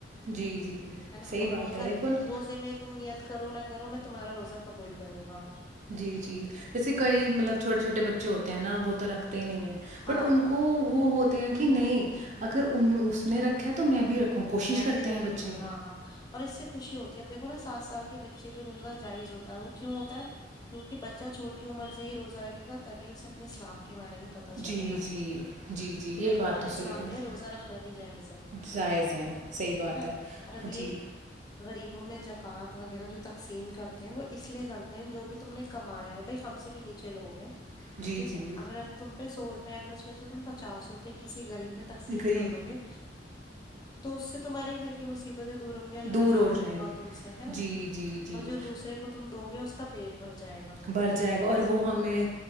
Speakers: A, on the right (about 40°); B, on the left (about 20°).
A: جی جی <unintelligible>
B: ہے نا اور
A: بات
B: روزہ
A: ہے دیکھو نا
B: روزے میں تم نیت کر <unintelligible> رو نہ کرو م میں تمہارا روزہ قبول کروں گا <unintelligible>
A: جی جی جیسے کئی
B: ہے نا
A: مطلب چھوٹے چھوٹے بچے ہوتے ہیں نا وہ تو رکھ نہیں ہے بٹ
B: ہاں
A: ان
B: ہاں
A: کو وہ ہوتے ہیں کہ <unintelligible> نہیں اگر ان اس نے رکھا تو میں بھی رکھوں <unintelligible>
B: میں
A: کرتے
B: بھی رکھوں
A: ہیں بچے
B: گا ہاں ہاں اور اس سے خوشی ہوتی ہے اب دیکو نا سات سال کے بچے بھی روزہ جائز ہوتا ہے وہ کیوں ہوتا ہے کیوں کہ بچہ چھوٹی عمر سے ہی روزہ رکھے گا تبھی اسے اپنے اسلام <unintelligible> کے بارے میں پتا چلے
A: جی
B: گا
A: جی جی جی
B: کہ بھائی
A: یہ بات
B: ہمارے
A: تو صحیح
B: اسلام
A: ہے
B: میں روزہ رکھنے دی جائز ہے <unintelligible>
A: جائز ہیں صحیح بات
B: ہے نا اور اب
A: ہاں،
B: یہ
A: جی
B: غریب میں جگات وغیرہ جو تقسیم کرتے ہیں وہ اس لیے کرتے ہیں جو بھی تم نے کمایا ہے بھائی ہم سے بھی نیچے لوگے
A: جی
B: ٹھیک
A: جی
B: ہے اگر اپ تم پ سو روپئے اگر اس میں پچا روپئے کسی غریب میں تقسیم
A: غریب
B: کر دوں گے تو اس سے تمہارے گھر کی مصیبت ہے دور ہ گے اللہ
A: دور
B: راضی
A: ہو جائیں
B: ہوگا
A: گی
B: تم سے ہے نا
A: جی جی جی
B: اور جو دوسرے کو تم دو گے اس ک پیٹ بھر جائے گا
A: بھر جائے گا اور وہ ہمیں